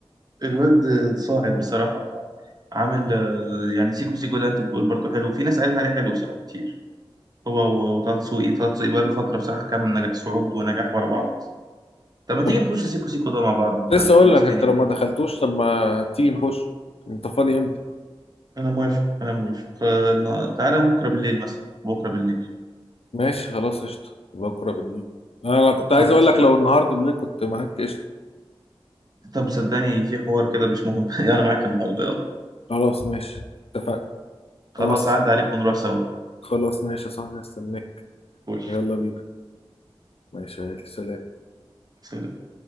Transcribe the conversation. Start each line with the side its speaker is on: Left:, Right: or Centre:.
Right: الواد صاعد بصراحة عامل آه، يعني سيكو سيكو ده انت بتقول برضه حلو في ناس قالت عليه حلو بصراحة كتير هو و- وطه دسوقي طه دسوقي بقاله فترة بصراحة كان نجاح صعود ونجاح ورا بعض طب ما
Left: طب
Right: تيجي نخش سيكو سيكو ده مع بعض انت
Left: لسه اقول
Right: حمستني
Left: لك انت لو ما دخلتوش طب ما تيجي نخش انت فاضي امتى
Right: انا موافق انا موافق آه، نا- تعالى بكره بالليل مثلا بكره بالليل
Left: ماشي خلاص قشطة بكرة بالليل أنا كنت عايز
Right: خلاص
Left: أقول لك
Right: قشطة.
Left: لو النهاردة بالليل كنت معاك قشطة
Right: طب صدقني في حوار كده مش مهم <laughs> انا معاك النهارده يلا
Left: خلاص ماشي اتفقنا
Right: خلاص
Left: خلاص
Right: عدى عليك ونروح سوا
Left: خلاص ماشي يا صاحبي هستناك
Right: فل
Left: يلا بينا ماشي سلام
Right: سلام